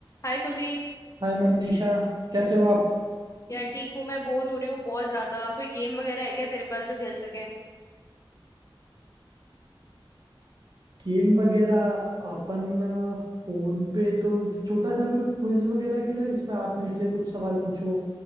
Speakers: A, on the left; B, on the right.
A: हाय कुलदीप
B: हाय मनीषा कैसे हो आप
A: यार ठीक हूँ मैं बोर हो रही हूँ बहुत ज्यादा कोई गेम वगैरह है क्या तेरे पास जो खेल सके
B: गेम वगैरह अपन अ, फोन पे तो छोटा सा कोई क्विज वगैरह खेले जिसमें आप मेरे से कुछ सवाल पूछो